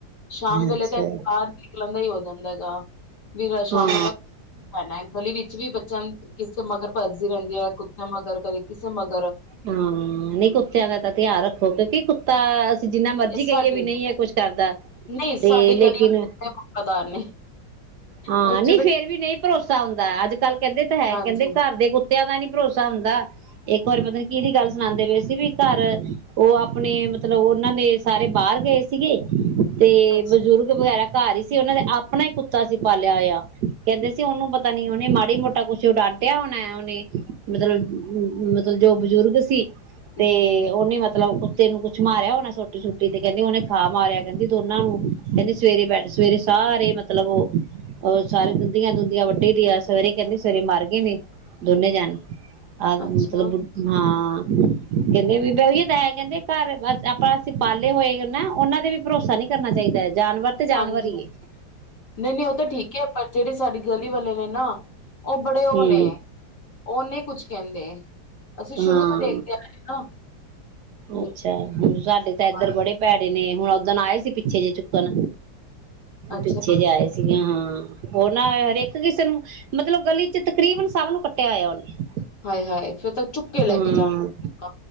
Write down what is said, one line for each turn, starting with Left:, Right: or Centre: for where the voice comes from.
Left: ਸ਼ਾਮ ਵੇਲੇ
Right: ਅੱਛਾ।
Left: ਤਾਂੂੰ ਬਾਹਰ ਨਿਕਲਣ ਦਾ ਹੀ ਹੋ ਜਾਂਦਾ ਗਾ ਵੀਰ ਸ਼ਾਮ
Right: ਹਾਂ।
Left: ਨੂੰ ਮੈਂ ਗਲੀ ਵੀ ਚ ਵੀ ਬ ਚੰਦ ਕਿਸੇ ਮਗਰ ਭੱਜਜੀ ਰਹਿੰਦੀ ਹੈ, ਕੁੱਤੇ ਮਗਰ, ਕਦੇ ਕਿਸੇ ਮਗਰ,
Right: ਹਾਂ ਨਹੀਂ ਕੁੱਤਿਆਂ ਦਾ ਤਾਂ ਧਿਆਨ ਰੱਖੋ ਕਿਉਂਕਿ ਕੁੱਤਾ ਅਸੀਂ ਜਿੰਨਾ ਮਰਜੀ ਕਹੀਏ
Left: ਸਾਡੀ
Right: ਵੀ ਨਹੀਂ ਇਹ ਕੁਛ ਕਰਦਾ
Left: ਨਹੀਂ
Right: ਤੇ
Left: ਸਾਡੀ
Right: ਲੇਕਿਨ
Left: ਗਲੀ ਵਫ਼ਾਦਾਰ ਨੇ
Right: ਹਾਂ
Left: ਉਹ
Right: ਨੀ
Left: ਜਦੋਂ
Right: ਫੇਰ ਵੀ ਨਹੀਂ ਭਰੋਸਾ ਹੁੰਦਾ ਅੱਜ ਕੱਲ ਕਹਿੰਦੇ ਤਾਂ ਹੈ
Left: ਹਾਂਜੀ
Right: ਕਹਿੰਦੇ ਘਰ ਦੇ ਕੁੱ ਤਿਆਂ ਦਾ ਨੀ ਭਰੋਸਾ ਹੁੰਦਾ ਇੱਕ ਵਾਰੀ ਪਤਾ ਨੀ ਕਿਦੀ ਗੱਲ ਸੁਨਂਦੇ ਪਏ ਸੀ ਵੀ ਘਰ ਉਹ ਆਪਨੇ ਮਤਲਬ ਉਹਨਾਂ ਨੇ ਸਾਰੇ ਬਾਹਰ ਗਏ ਸੀਗੇ ਤੇ
Left: ਅੱਛਾ
Right: ਬਜ਼ੂਰਗ ਵਗੈਰਾ ਘਰ ਹੀ ਸੀ ਉਹਨਾਂ ਦੇ ਆਪਣਾ ਹੀ ਕੁੱਤਾ ਸੀ ਪਾਲਿਆ ਹੋਇਆ ਕਹਿੰਦੇ ਸੀ ਉਹਨੂੰ ਪਤਾ ਨੀ ਉਹਨੇ ਮਾੜੀ ਮੋਟਾ ਕੁਛ ਡਾਂਟਿਆ ਹੋਣਾ ਉਹਨੇ ਮਤਲਬ ਮਤਲਬ ਜੋ ਬਜ਼ੁਰਗ ਸੀ ਤੇ
Left: ਜੀ ਜੀ
Right: ਉਹ ਨੇ ਮਤਲਬ ਕੁਤੇ ਨੂੰ ਕੁੱਛ ਮਾਰਿਆ ਹੋਨੈ ਸੋਟੀ ਸੁਟੀ ਤੇ ਕਹਿੰਦੀ ਉਹਨੇ ਖਾ ਮਾਰਿਆ ਕਹਿੰਦੀ ਦੋਨਾਂ ਨੂੰ ਕਹਿੰਦੀ ਸਵੇਰੇ ਬੈਠ ਸਵੇਰੇ ਸਾਰੇ ਮਤਲਬ ਉਹ ਉਹਰ ਸਾਰੇ ਦੰਦੀਆਂ ਦੁੰਦੀਆਂ ਵੱਢੇ ਦੀ ਆ ਸਵੇਰੇ ਕਹਿੰਦੀ ਸਵੇਰੇ ਮਰ ਗਏ ਨੇ ਦੋਨੇ ਜਾਣੇ ਆ ਮਤਲਬ
Left: ਅੱਛਾ
Right: ਹਾਂ ਕਹਿੰਦੇ ਵੀ ਬ ਉਹੀਏ ਤਾਂ ਹੈ ਕਹਿੰਦੇ ਘਰ ਆਪਾਂ ਅਸੀਂ ਪਾਲੇ ਹੋਏ ਨੇ ਨਾ ਉਹਨਾਂ ਦੇ ਵੀ ਭਰੋਸਾ ਨੀ ਕਰਨਾ ਚਾਹੀਦਾ। ਜਾਨਵਰ ਤੇ ਜਾਨਵਰ
Left: ਹਾਂਜੀ
Right: ਹੀ ਏ।
Left: ਨਹੀਂ-ਨਹੀਂ ਉਹ ਤਾਂ ਠੀਕ ਏ ਪਰ ਜਿਹੜੇ ਸਾਡੀ ਗਲੀ ਵਾਲੇ ਨੇ ਨਾ ਉਹ ਬੜੇ ਉਹ
Right: ਹਮ
Left: ਨੇ ਉਹਨੇ ਕੁਛ ਕਹਿੰਦੇ ਅਸੀਂ ਸ਼ੁਰੂ
Right: ਹਾਂ
Left: ਤੋਂ ਦੇਖਦੇ ਆਏ ਨਾ ਤੇ
Right: ਅੱਛਾ ਹੁਣ ਸਾਡੇ ਤਾਂ ਏਧਰ
Left: ਹਾਂ,
Right: ਬੜੇ ਪੈੜੇ ਹੁਣ ਓਦਣ ਆਏ ਸੀ ਪਿੱਛੇ ਜਿ ਚੁੱਕਣ
Left: ਅੱਛਾ
Right: ਪਿੱਛੇ ਜਾਏ ਸੀਗੇ ਹਾਂ। ਉਹ ਨਾ ਹਰੇਕ ਕਿਸੇ ਨੂੰ ਮਤਲਬ ਗਲੀ ਚ ਤਕਰੀਬਨ ਸਭ ਨੂੰ ਕੱਟਿਆ ਹੋਇਆ ਉਹਨੇ।
Left: ਆਏ ਹਾਏ ਫਿਰ ਤ ਚੁੱਕ ਕੇ ਲੈ
Right: ਹਾਂ
Left: ਕੇ ਜਾਣਾ